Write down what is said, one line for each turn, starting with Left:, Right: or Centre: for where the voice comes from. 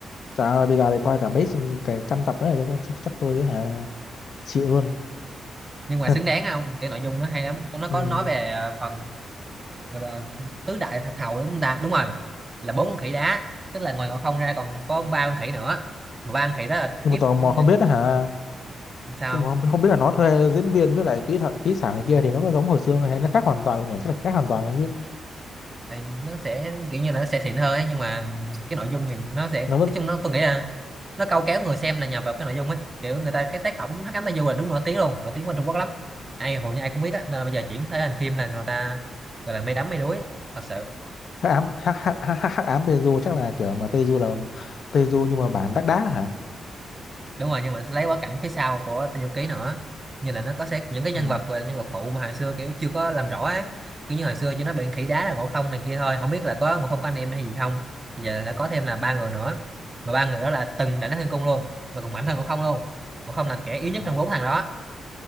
Left: trời ơi bây giờ thì coi cả mấy trăm- cả trăm tập đấy chắc, chắc, tôi hả chịu luôn
Right: nhưng mà
Left: <laughs>
Right: xứng đáng không cái nội dung nó hay lắm nó có
Left: ừ.
Right: nói về à, phần gọi là tứ đại thạch hầu đúng không ta đúng rồi là bốn con khỉ đá tức là ngoài ngọn không ra còn có ba con khỉ nữa mà ba con khỉ đó là
Left: nhưng
Right: kiếp
Left: mà tò mò
Right: những
Left: không biết hả
Right: sao
Left: nhưng mà không, không biết là nó thuê diễn viên với lại kỹ thuật kỹ xảo này kia thì nó có giống hồi xưa không hay nó khác hoàn toàn là nhỉ chắc là khác hoàn toàn luôn chứ
Right: tại nó sẽ kiểu như là nó sẽ xịn hơn ấy nhưng mà cái nội dung thì nó sẽ
Left: nó
Right: nói
Left: vẫn
Right: chung nó tôi nghĩ là nó câu kéo người xem là nhờ vào cái nội dung ấy kiểu người ta cái tác phẩm Hắc Ám Tai Du là đúng nổi tiếng luôn nổi tiếng qua Trung Quốc lắm ai hầu như ai cũng biết á nên là bây giờ chuyển thể thành phim là người ta gọi là mê đắm mê đuối thật sự
Left: hắc ám hắc hắc hắc hắc hắc ám Teju chắc là kiểu mà Teju là Teju nhưng mà bản đắc đá hả
Right: đúng rồi nhưng mà nó sẽ lấy bối cảnh phía sau của Tây Du Ký nữa như là nó có sẽ những cái nhân
Left: ừ.
Right: vật và nhân vật phụ mà hồi xưa kiểu chưa có làm rõ á kiểu như hồi xưa chỉ nó bị khỉ đá là Ngộ Không này kia thôi không biết là có Ngộ Không có anh em hay gì không Bây giờ đã có thêm là ba người nữa mà ba người đó là từng đánh Thiên Cung luôn mà cũng mạnh hơn Ngộ Không luôn Ngộ Không là kẻ yếu
Left: Ồ,
Right: nhất trong bốn thằng đó